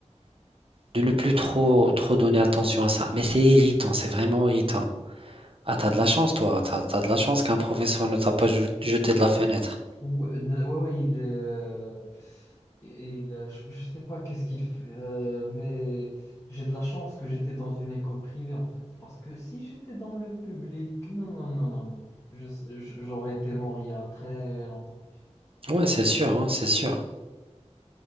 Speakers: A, on the right; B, on the left.
A: de ne plus trop, trop donner attention à ça. Mais c'est irritant, c'est vraiment irritant. Ah, t'as de la chance, toi. T'as, t'as de la chance qu'un professeur ne t'a pas je- jeté de la fenêtre.
B: Ouais, na- ouais, ouais, il, euh, il, euh, je, je sais pas qu'est-ce qu'il fait, euh, mais j'ai de la chance que j'étais dans une école privée en fait, parce que si j'étais dans le public, non, non, non, non, non, je- je- j'aurais été mort il y a très longtemps.
A: Ouais, c'est sûr, hein, c'est sûr.